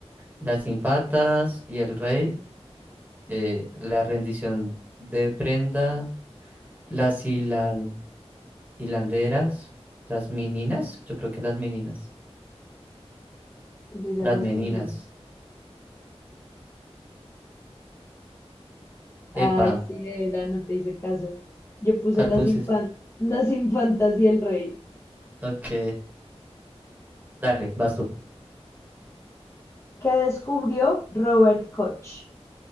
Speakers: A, on the right (about 15°); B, on the left (about 25°).
A: las infatas y el rey. eh, la rendición de Brenda, las hilan- hilanderas, las meninas, yo creo que las meninas,
B: Yo ya
A: las
B: respondí.
A: meninas.
B: Ay,
A: Epa,
B: sí, era, no te hice caso. Yo puse
A: ¿cuál
B: las
A: puse?
B: infan- las infantas y el rey.
A: Ok, dale, vas tú.
B: ¿Qué descubrió Robert Koch?